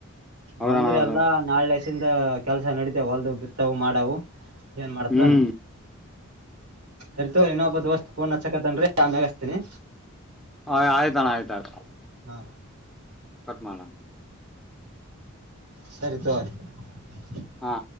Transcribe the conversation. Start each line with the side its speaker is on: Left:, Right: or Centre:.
Centre: ಹೌದಣ
Right: ಬಂದ್ರೆ
Centre: ಹೌದ
Right: ಎಲ್ಲಾ ನಾಳೆ ಷಿಂದ ಕೆಲಸ ನಡತ ಹೊಲ್ದು ಬಿತ್ತವು ಮಾಡವು ಏನ್ ಮಾಡ್ತಾನ
Centre: ಹ್ಮ್
Right: ಅರಿತೋ ಇನ್ನೊಬ್ಬ ದೋಸ್ತ್ ಪೋನ ಅಚ್ಚಾಕಾತಾನ ಆಮ್ಯಗ ಅಚ್ಚಿತೀನೀ
Centre: ಹಯ ಆಯ್ತಣ ಆಯ್ತ ಅಥ್ರ
Right: ಹಾ.
Centre: ಕಟ್ ಮಾಡೋಣ
Right: ಸರಿ ತ <unintelligible>
Centre: ಹಾ